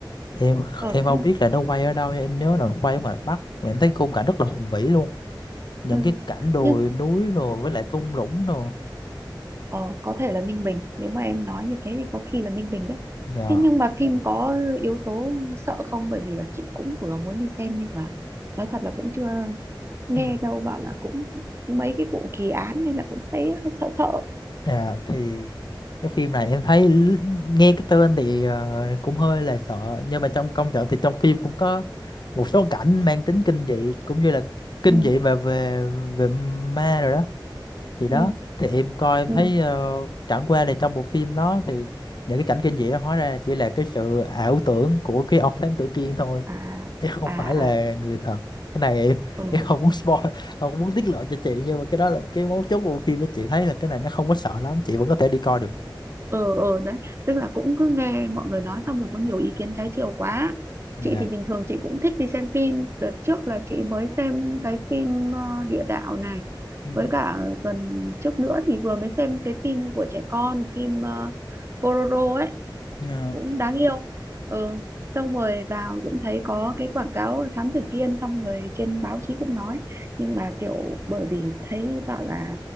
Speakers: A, on the left (about 60°); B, on the right (about 30°).
A: em
B: ờ
A: em không
B: nhưng
A: biết là nó quay ở đâu em nhớ là quay ở ngoài Bắc mà em thấy khung cảnh rất là hùng vĩ luôn những
B: ừ.
A: cái cảnh đồi
B: nhưng
A: núi rồi với lại thung lũng rồi
B: ờ, có thể là Ninh Bình nếu mà em nói như thế thì có khi là Ninh Bình đấy
A: Dạ.
B: thế nhưng mà phim có yếu tố sợ không bởi vì là chị cũng vừa muốn đi xem nhưng mà nói thật là cũng chưa nghe
A: Ừ.
B: đâu bảo là cũng mấy cái vụ kỳ án nên là cũng thấy hơi sợ sợ
A: À, thì cái phim này em thấy l- nghe cái tên thì ờ, cũng hơi là sợ nhưng mà trong công trận thì trong phim cũng có một số cảnh mang tính kinh dị cũng như là kinh
B: ừ
A: dị mà về về ma rồi đó thì đó
B: ừ
A: thì em coi em
B: ừ
A: thấy ờ, chẳng qua là trong bộ phim đó thì những cái cảnh kinh dị đó hóa ra chỉ là cái sự ảo tưởng của cái ông thám tử Kiên thôi
B: à
A: chứ không
B: à
A: phải là
B: à
A: người thật cái này em,
B: ừ
A: em không muốn spoil không có muốn tiết lộ cho chị nhưng mà cái đó là cái mấu chốt của bộ phim đó chị thấy là cái này nó không có sợ lắm chị vẫn có thể đi coi được
B: ừ ừ đấy tức là cũng cứ nghe mọi người nói xong rồi có nhiều ý kiến trái chiều quá
A: dạ
B: chị thì bình thường chị cũng thích đi xem phim đợt trước là chị mới xem cái phim ờ, địa đạo này
A: Ừ.
B: với cả tuần trước nữa thì vừa mới xem cái phim của trẻ con phim uh, Pororo ấy
A: Ờ.
B: cũng đáng yêu ờ xong rồi vào cũng thấy có cái quảng cáo Thám Tử Kiên xong rồi trên báo chí cũng nói nhưng mà kiểu bởi vì thấy bảo là